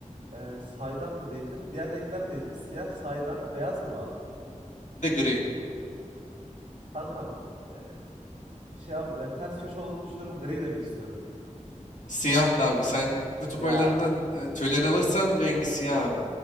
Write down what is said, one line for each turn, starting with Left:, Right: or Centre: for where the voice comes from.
Right: E, saydam da değildir. Diğer renkler neydi? Siyah, saydam, beyaz mı vardı?
Left: Bir De gri.
Right: Kankam, e, şey abi ya ters köşe olduğunu düşünüyorum. Gri demek istiyorum ya.
Left: Siyahtı abi. Sen kutup
Right: Ya
Left: ayılarının e, tüylerini alırsan rengi siyah abi.